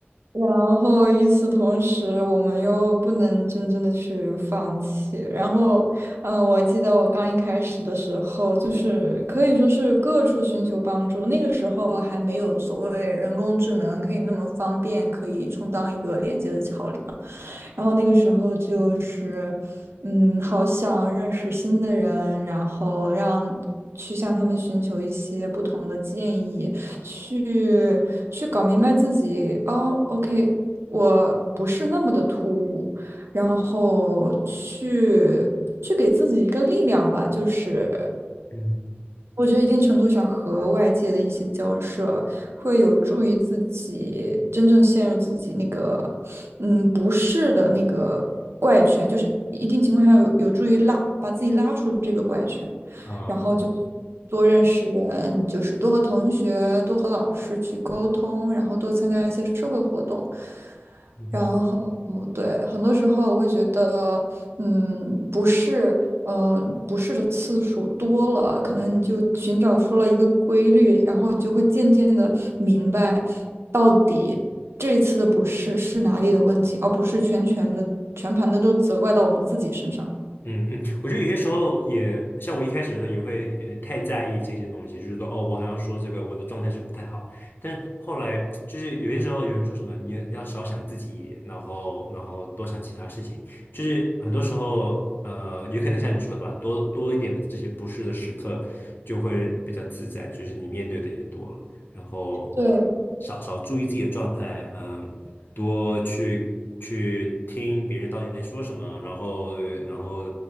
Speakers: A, on the right; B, on the left.
A: 然后与此同时，我们又不能真正的去放弃。然后，嗯、我记得我刚一开始的时候，就是可以说是各处寻求帮助，那个时候还没有所谓人工智能可以那么方便，可以充当一个连接的桥梁。然后那个时候就是，嗯，好想认识新的人，然后让去向他们寻求一些不同的建议，去去搞明白自己，哦，OK，我不是那么的突兀，然后去去给自己一个力量吧，就是。
B: 嗯，
A: 我觉得一定程度上和外界的一些交涉，会有助于自己真正陷入自己那个，嗯，不适的那个怪圈，就是一定情况下有有助于拉把自己拉出这个怪圈，
B: 啊，
A: 然后就多认识人，就是多和同学、多和老师去沟通，然后多参加一些社会活动，
B: 嗯哼。
A: 然后，对，很多时候我会觉得，嗯，不是，嗯、不是的次数多了，可能你就寻找出了一个规律，然后你就会渐渐的明白，到底这一次的不适是哪里的问题，而不是全全的、全盘的都责怪到我们自己身上。
B: 嗯嗯，我觉得有些时候也像我一开始的时候也会有点太在意这些东西，就是说哦，我好像说这个我的状态是不太好，但是后来就是有些时候有人说什么你要少想自己一点，然后然后多想其他事情，就是很多时候呃，有可能像你说的吧，多多一点的这些不适的时刻就会比较自在，就是你面对的也多了。然后
A: 对
B: 少少注意自己的状态，嗯，多去去听别人到底在说什么，然后然后